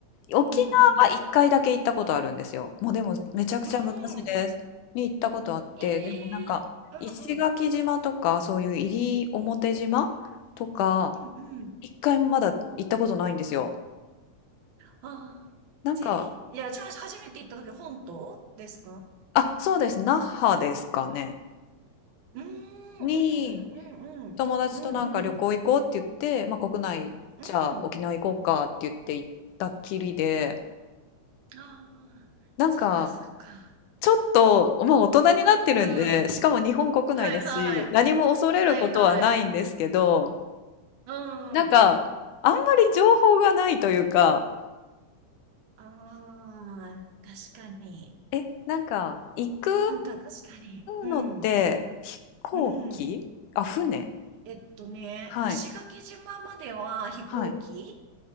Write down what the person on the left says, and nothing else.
沖縄は1回だけ行ったことあるんですよ。
もうでもめちゃくちゃ昔です。
に行ったことあって、
でもなんか石垣島とかそういう西表島とか
一回もまだ行ったことないんですよ。
なんか、
あ、そうです。那覇ですかね。
に
友達となんか旅行行こうって言って、
まあ国内じゃあ沖縄行こうかって言って行ったきりで、
なんか
ちょっと、まあ大人になってるんで、
しかも日本国内だし、
何も恐れることはないんですけど、
なんか、あんまり情報がないというか、
え、なんか、行く
のって、飛行機あ、
船
はい。
はい。